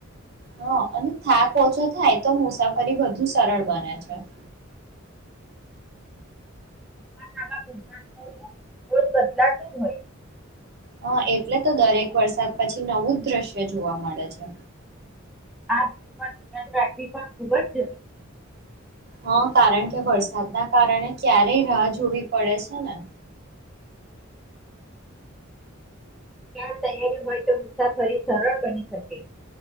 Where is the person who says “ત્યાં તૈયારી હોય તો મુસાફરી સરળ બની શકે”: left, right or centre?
Centre